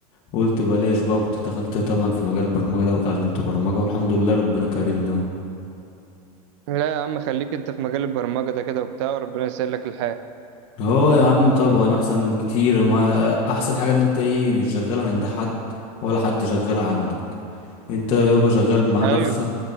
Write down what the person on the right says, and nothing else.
لا يا عم خليك انت في مجال البرمجة ده كده وبتاع وربنا يسهل لك الحال
ايوه